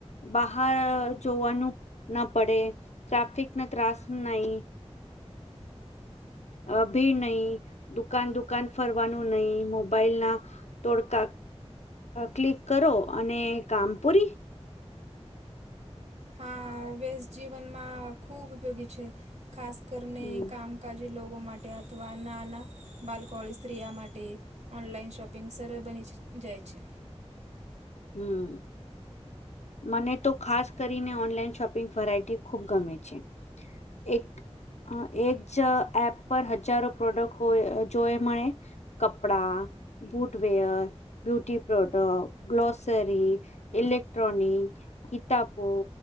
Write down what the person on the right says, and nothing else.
<inaudible>
હા વસ જીવનમાં ખૂબ ઉપયોગી છે ખાસ કરીને
કામ કકાજી લોકો માટે અથવા નાના બાલકોળી સ્ત્રીિયા માટે ઓનલાઈન પિંગક સર્વેર બની જાય છે